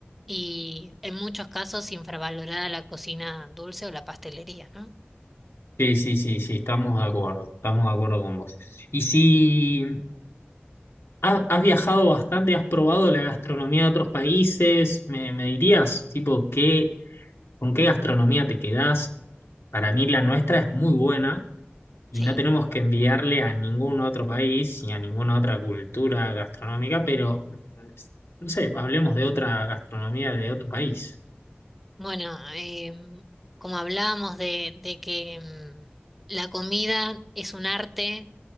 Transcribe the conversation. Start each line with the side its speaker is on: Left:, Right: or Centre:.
Centre: y en muchos casos infravalorada la cocina dulce o la pastelería, ¿no?
Left: Sí, sí, sí, sí, estamos de acuerdo, estamos de acuerdo con vos. Y si has, has viajado bastante, has probado la gastronomía de otros países, ¿me, me dirías, tipo, qué ¿Con qué gastronomía te quedás? Para mí la nuestra es muy buena y
Centre: Sí.
Left: no tenemos que enviarle a ningún otro país ni a ninguna otra cultura gastronómica, pero mm, no sé, hablemos de otra gastronomía de otro país.
Centre: Bueno, em, como hablábamos de, de que em, la comida es un arte